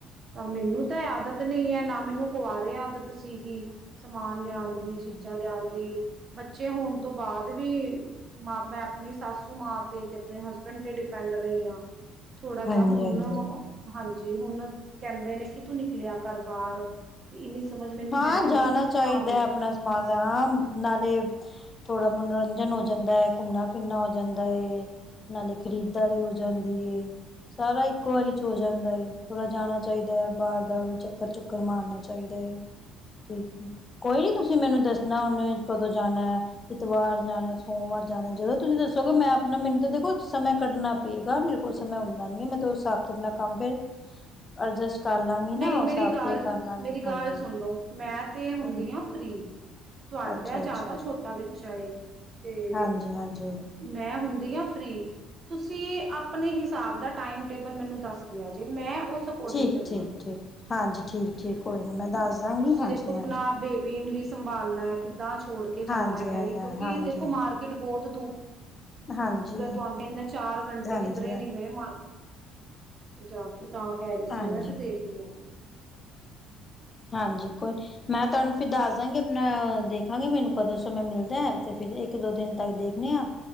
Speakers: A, on the right (about 40°); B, on the left (about 30°).
A: ਤਾਂ ਮੈਨੂੰ ਤੇ ਆਦਤ ਨਈ ਏ ਨਾ ਮੈਨੂੰ ਕੁਵਰੇ ਆਦਤ ਸੀਗੀ ਸਮਾਨ ਲਿਆਨ ਦੀ ਚੀਜ਼ਾਂ ਲਿਆਨ ਦੀ ਬੱਚੇ ਹੋਣ ਤੋਂ ਬਾਅਦ ਵੀ ਮਾਂ ਮੈਂ ਆਪਨੀ ਸਾਸੂ ਮਾਂ ਤੇ ਤੇ ਅਪਨੇ ਹਸਬੈਂਡ ਤੇ ਡਿਪੈਂਡ ਰਹੀ ਆ ਥੋੜਾ ਜਾ
B: ਹਾਂਜੀ-ਹਾਂਜੀ
A: ਹੁਨ, ਹਾਂਜੀ ਜੀ ਹੁਨ ਕਹਿੰਦੇ ਨੇ ਕਿ ਤੂੰ ਨਿਕਲਿਆ ਕਰ ਬਾਹਰ ਤੇ ਇੰਨੀ ਸਮਝ ਮੈਨੂੰ
B: ਹਾਂ
A: ਹੈ ਨਹੀਂ
B: ਜਾਣਾ
A: ਤੇ
B: ਚਾਹੀਦਾ
A: ਤਾਂ ਮੈਂ
B: ਹੈ ਆਪਨਾ ਸ <unintelligible> ਹਾਂ ਨਾਲੇ ਥੋੜਾ ਮਨੋਰੰਜਨ ਹੋ ਜਾਂਦਾ ਹੈ ਘੁੰਮਨਾ ਫਿਰਨਾ ਹੋ ਜਾਂਦਾ ਏ ਨਾਲੇ ਖਰੀਦਦਾਰੀ ਹੋ ਜਾਂਦੀ ਹੈ ਸਾਰਾ ਇੱਕੋ ਵਾਰੀ ਚ ਹੋ ਜਾਂਦਾ ਏ, ਥੋੜਾ ਜਾਣਾ ਚਾਹੀਦਾ ਹੈ ਬਾਹਰ ਦਾ ਵੀ ਚੱਕਰ ਚੁੱਕਰ ਮਾਰਨੇ ਚਾਹੀਦਾ ਏ। ਠੀਕ, ਕੋਈ ਨੀ ਤੁਸੀਂ ਮੈਨੂੰ ਦੱਸਨਾ ਉਹਨੇ ਕਦੋਂ ਜਾਨੇ ਇਤਵਾਰ ਜਾਣਾ ਸੋਮਵਾਰ ਜਾਨੇ ਜਦੋਂ ਤੁਸੀਂ ਦੱਸੋਗੇ ਮੈਂ ਆਪਨਾ ਮੈਨੂੰ ਤਾਂ ਦੇਖੋ ਸਮੇਂ ਕੱਢਨਾ ਪਏਗਾ ਮੇਰੇ ਕੋਲ ਸਮੇਂ ਹੁੰਦਾ ਨੀ ਹੈ ਮੈਂ ਤੇ ਉਸ ਹਿਸਾਬ ਤੇ ਅਪਨਾ ਕੰਮ ਫਿਰ ਅਜਸਟ ਕਰ ਲਾਂਗੀ ਨਾ
A: ਨਹੀਂ
B: ਉਸ
A: ਮੇਰੀ
B: ਹਿਸਾਬ
A: ਗੱਲ
B: ਤੇ ਕਰ ਲਾਂਗੀ,
A: ਮੇਰੀ ਗੱਲ
B: ਹਾਂਜੀ
A: ਸੁਣ ਲਓ ਮੈਂ ਤੇ ਹੁੰਦੀ
B: ਹਾਂ
A: ਆ ਫ੍ਰਰੀ ਤੁਹਾਡਾ
B: ਅੱਛਾ
A: ਐ ਜ਼ਿਆਦਾ
B: ਅੱਛਾ
A: ਛੋਟਾ ਬੱਚਾ ਏ? ਤੇ
B: ਹਾਂਜੀ ਹਾਂਜੀ
A: ਮੈਂ ਹੁੰਦੀ ਆ ਫ੍ਰਰੀ ਤੁਸੀਂ ਆਪਨੇ ਹਿਸਾਬ ਦਾ ਟਾਈਮ ਟੇਬਲ ਮੈਨੂੰ ਦੱਸ ਦੇ ਆ ਜੇ ਮੈਂ ਉਸ ਅਕੋਰਡਿੰਗ
B: ਠੀਕ
A: ਚੱਲਾਂਗੇ।
B: ਠੀਕ ਹਾਂਜੀ ਠੀਕ ਠੀਕ ਕੋਈ ਨੀ ਮੈਂ ਦੱਸ ਦਾਂਗੀ
A: ਤੁਸੀਂ
B: ਹਾਂਜੀ
A: ਦੇਖੋ ਆਪਣਾ
B: ਹਾਂਜੀ
A: ਬੇਬੀ ਨੂੰ ਵੀ ਸੰਭਾਲਣਾ ਕਿੱਦਾਂ ਛੋੜ ਕੇ ਜਾਣਾ
B: ਹਾਂਜੀ ਹਾਂਜੀ
A: ਇਹ ਵੀ ਕਿਉਂਕਿ
B: ਹਾਂਜੀ
A: ਦੇਖੋ ਮਾਰਕੀਟ
B: ਹਾਂਜੀ
A: ਬਹੁਤ ਦੋ
B: ਹਾਂਜੀ
A: ਪਰ ਤੁਹਾਨੂੰ ਮੇਰੇ ਇੰਨੇ ਚਾਰ ਘੰਟੇ
B: ਹਾਂਜੀ
A: ਕਿੱਧਰੇ ਨੀ ਗਏ ਮਾਰਕੀ <inaudible> ਤਾਂ ਕਹਿ ਰਹੀ ਸੀ
B: ਹਾਂਜੀ
A: ਮੈਂ ਤੇ ਦੇਖ ਲਿਆ ਤੇ
B: ਹਾਂਜੀ ਕੋਈ ਮੈਂ ਤੁਹਾਨੂੰ ਫਿਰ ਦੱਸ ਦਾਂਗੀ ਆਪਣਾ ਦੇਖਾਂਗੇ ਮੈਨੂੰ ਕਦੋਂ ਸਮੇਾਂ ਮਿਲਦਾ ਹੈ ਤੇ ਫਿਰ ਇੱਕ ਦੋ ਦਿਨ ਤੱਕ ਦੇਖਣੇ ਆ